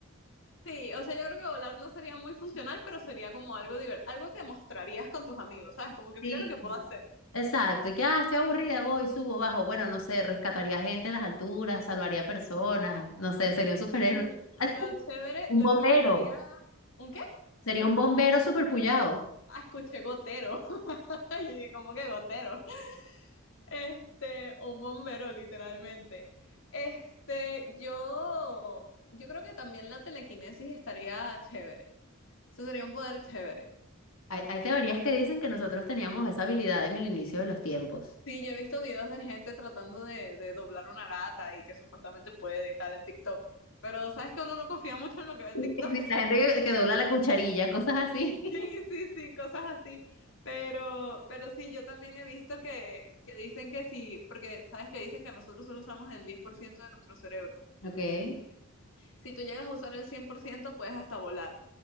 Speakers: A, on the left; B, on the left.
A: Sí, o sea, yo creo que volar no sería muy funcional, pero sería como algo divertido, algo que mostrarías con tus amigos, ¿sabes? Como que
B: Sí.
A: mira lo que puedo hacer.
B: Exacto. Y que, ah, estoy aburrida, voy, subo, bajo. Bueno, no sé, rescataría gente en las alturas, salvaría personas. No sé, sería un superhéroe.
A: Mm,
B: <laughs>
A: Lo chévere,
B: Un
A: lo
B: bombero.
A: chévere sería... ¿Un qué?
B: Sería un bombero superpullado.
A: Ah, escuché gotero. <laughs> Y dije, ¿cómo que gotero? Este, un bombero, literalmente. Este, yo, yo creo que también la telequinesis estaría chévere. Eso sería un poder chévere.
B: Hay, hay teorías que dicen que nosotros teníamos esa habilidad en el inicio de los tiempos.
A: Sí, yo he visto videos de gente tratando de, de doblar una lata y que supuestamente puede y tal en TikTok. Pero sabes que uno no confía mucho en lo que ve en
B: Sí,
A: TikTok.
B: sí,
A: <laughs>
B: La gente que, que dobla la cucharilla, cosas así.
A: Sí,
B: <laughs>
A: sí, sí, cosas así. Pero, pero sí, yo también he visto que, que dicen que sí, porque sabes que dicen que nosotros solo usamos el 10% de nuestro cerebro.
B: Ok.
A: Si tú llegas a usar el 100% puedes hasta volar.